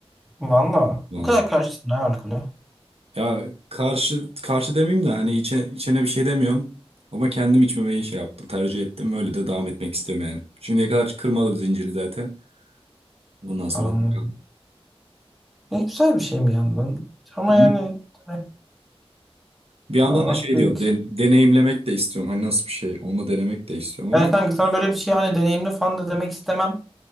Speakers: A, in the centre; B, on the right.
A: Valla.
B: Vallahi.
A: O kadar karşısın ha alkole.
B: Ya karşı karşı demeyeyim de hani içe, içene bir şey demiyorum. Ama kendim içmemeyi şey yaptım, tercih ettim. Öyle de devam etmek istiyorum yani. Şimdiye kadar kırmadım zinciri zaten. Bundan sonra
A: Anladım.
B: da bakalım.
A: Ne güzel bir şey mi yandan? Ama
B: Hı
A: yani
B: hı.
A: eh,
B: Bir yandan
A: Allah
B: da şey
A: büyük.
B: diyorum, de- deneyimlemek de istiyorum. Hani nasıl bir şey, onu denemek de istiyorum ama
A: Yani kanka sana böyle bir şey hani deneyimli falan da demek istemem.